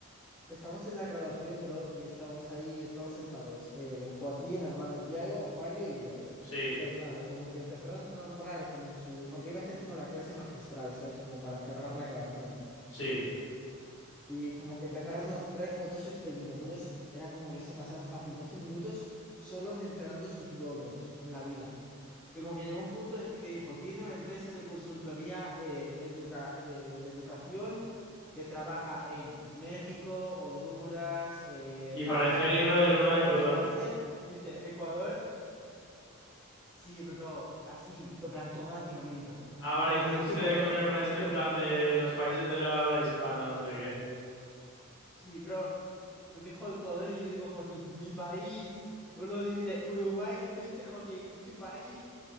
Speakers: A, in the centre; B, on the left (about 65°).
A: Estamos en la graduación, bro, y estamos ahí, estamos sentados, el Joaquín, el hermano de Tiago, Mario y yo.
B: Sí,
A: Entonces, nada, como que empezaron a nombrar como su, porque iba a hacer como la clase magistral, ¿sabes? Como para cerrar la graduación.
B: sí.
A: Y como que empezaron a nombrar como todo su expediente. Entonces, era como que se pasaron fácil 12 minutos solo mencionando sus logros en la vida. Y como que llegó un punto en el que dijo, tiene una empresa de consultoría eh, educa- de, de educación que trabaja en México, Honduras, eh,
B: Y
A: tal,
B: parecía el
A: empieza
B: libro de
A: a nombrar
B: Luna de
A: todos
B: Plutón.
A: los países, dice Ecuador, sí, bro, así, en plan toda Latinoamérica.
B: Ah,
A: Y
B: vale,
A: como
B: y te
A: que dice
B: pusiste
A: Ecuador,
B: de coña con este
A: lo cojo,
B: en plan de los países de la habla hispana, no sé qué.
A: sí, bro, dijo Ecuador y yo le digo Joaquín, mi país. Uno dice Uruguay y me dice Joaquín, mi país.